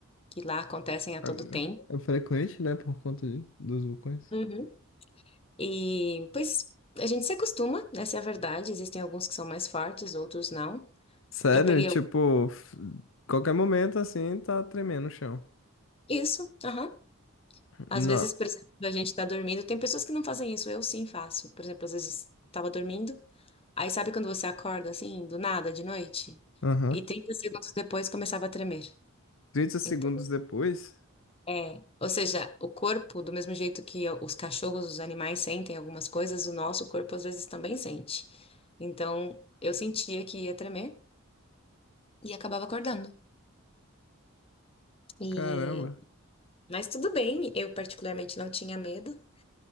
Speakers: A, on the left; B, on the left.
A: que lá acontecem a
B: Ah,
A: todo tempo.
B: É frequente, né? Por conta de- dos vulcões.
A: Uhum. E, pois, a gente se acostuma, essa é a verdade. Existem alguns que são mais fortes, outros não.
B: Sério,
A: Eu peguei
B: tipo,
A: o-
B: f- qualquer momento assim tá tremendo o chão.
A: isso, aham. Às
B: Não.
A: vezes, por exemplo, a gente tá dormindo. Tem pessoas que não fazem isso, eu sim faço. Por exemplo, às vezes estava dormindo. Aí sabe quando você acorda assim, do nada, de noite?
B: Aham.
A: E 30 segundos depois começava a tremer.
B: trinta segundos
A: Então,
B: depois?
A: É, ou seja, o corpo, do mesmo jeito que os cachorros, os animais sentem algumas coisas, o nosso corpo às vezes também sente. Então, eu sentia que ia tremer e acabava acordando. E
B: Caramba.
A: mas tudo bem, eu particularmente não tinha medo.